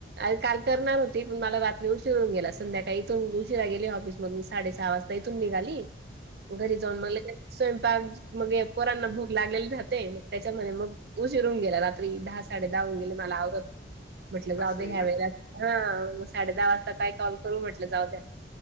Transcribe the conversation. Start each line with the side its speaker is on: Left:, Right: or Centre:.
Right: अरे काल करणार होती मला रात्री उशिरून गेला. संध्याकाळी इथून उशिरा गेली ऑफिस मधून साडे सहा वाजता इथून निघाली.
Left: <inaudible>
Right: घरी जाऊन मग लगेच स्वयंपाक, मग पोरांना भूक लागलेली राहते. मग त्याच्यामध्ये मग उशीर होउन गेला रात्री. दहा, साडे दहा होउन गेले मला आवरत. म्हटलं जाऊ
Left: असं
Right: दे
Left: आहे
Right: ह्या
Left: का?
Right: वेळेला. हं मग ाडे दहा वाजता काय कॉल करू म्हटलं जाऊ द्या.